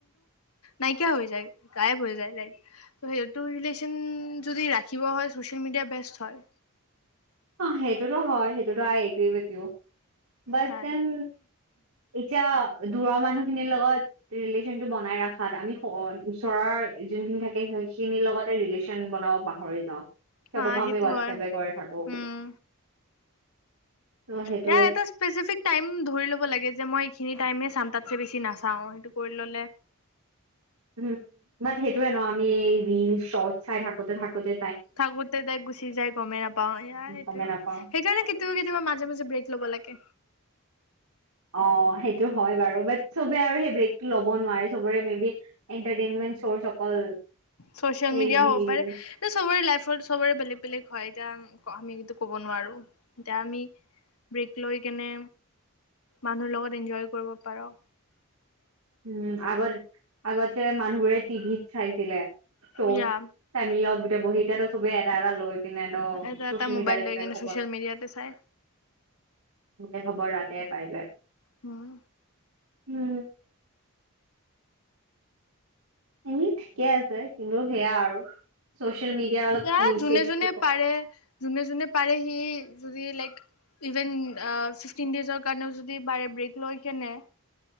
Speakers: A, on the left; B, on the right.
A: নাইকিয়া হৈ যায় গাইপ হৈ যায় সেইটো ৰিলেচন যদি ৰাখিব হয় ছ'চিয়েল মিডিয়া বেষ্ট হয়
B: অ সেইটোতো হয় সেইটোতো আই এগ্ৰি উইথ ইউ বাত
A: হয়
B: দেন এতিয়া দূৰৰ মানুহখিনিৰ লগত ৰিলেশ্বনটো বনাই ৰখাত আমি ওচৰৰ যোনখিনি থাকে সেইখিনিৰ লগতে ৰিলেশ্বনটো বনাব পাহৰি যাওঁ সেইটো
A: হা
B: কাৰণে আমি হোৱাটছএপে
A: হয়
B: কৰি থাকো
A: উম
B: ত' সেইটোৱে
A: ইয়াৰ এটা ইছেফিক টাইম ধৰি ল'ব লাগে যে মই এইখিনি টাইমে চাম তাতকে বেছি নাচাও সেইটো কৰি ললে
B: উম বাত সেইটোয়ে ন আমি ৰিল শৰ্ট চাই থাকোঁতে থাকোঁতে
A: থাকোঁ‌তে টাইম গুচি যাই গমেই নাপাওঁ। এইয়া এইটোয়ে
B: গমে নাপাও
A: সেইকাৰণে কেতিয়াবা কেতিয়াবা মাজে মাজে ব্ৰেক ল'ব লাগে।
B: অ' সেইটো হয় বাৰু বাট সবে আৰু সেই ব্ৰেকটো ল'ব নোৱাৰে চবৰে মে এটাৰেইনমেট অকল
A: চচিয়েল
B: সেই
A: মিডিয়া
B: ৰিল
A: হ'ব পাৰে। চবৰে লাইফত চবৰে বেলেগ বেলেগ। হয় এতিয়া আমি কিন্তু ক'ব নোৱাৰোঁ। এতিয়া আমি ব্ৰেক লৈ কেনে মানুহৰ লগত এনজয় কৰিব পাৰোঁ।
B: উম আগৰ আগতে মানুহবোৰে টিভিত চাইছিলে। তৌচ
A: ইয়া
B: <inaudible> লগত গোটেই বহীতাতো চবে এটা এটা লৈ পিনে ত
A: এটা
B: চচিয়েল
A: এটা মোবাইল
B: মিডিয়াৰে
A: লৈ
B: গোটেই
A: কিনে
B: খবৰ
A: চোচিয়েল মিডিয়াতে চাই।
B: তাতে খবৰ তাতে পাই যায়।
A: হম।
B: উম এনে ঠিকে আছে কিন্তু সেয়া আৰু মিডিয়াৰ অলপ
A: এ
B: ইউছেজটো
A: যোনে যোনে
B: কম
A: পাৰে যোনে যোনে পাৰেহি যদি লাইক ইভেন ফিফটিন ডেজৰ কাৰণেও যদি বাৰে ব্ৰেক লৈ কেনে।